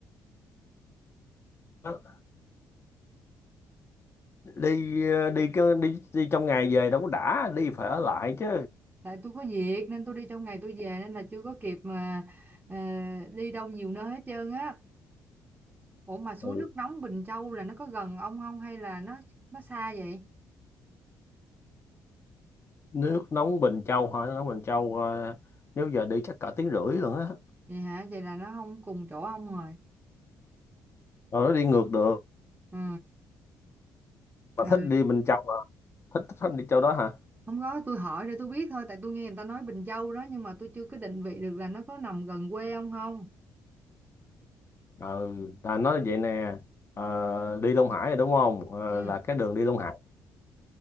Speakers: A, on the left; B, on the right.
A: Đó. đi ờ, đi cứ đi đi trong ngày về đâu có đã đi phải ở lại chứ
B: tại tôi có việc nên tôi đi trong ngày tôi về nên là chưa có kịp mà ờ, đi đâu nhiều nơi hết trơn á ủa mà suối
A: ừ.
B: nước nóng Bình Châu là nó có gần ông không hay là nó nó xa vậy
A: nước nóng Bình Châu hả Nước nóng Bình Châu ờ, nếu giờ đi chắc cả tiếng rưỡi luôn á
B: vậy hả vậy là nó không cùng chỗ ông rồi
A: rồi nó đi ngược được
B: ừ.
A: mà
B: Ừ.
A: thích đi Bình Châu mà thích thích đi chỗ đó hả
B: Không có, tôi hỏi để tôi biết thôi, tại tôi nghe người ta nói Bình Châu đó, nhưng mà tôi chưa có định vị được là nó có nằm gần quê ông không?
A: ừ ta nói vậy nè ờ, đi Long Hải rồi đúng không Ờ,
B: Ừ,
A: là cái đường đi Long Hải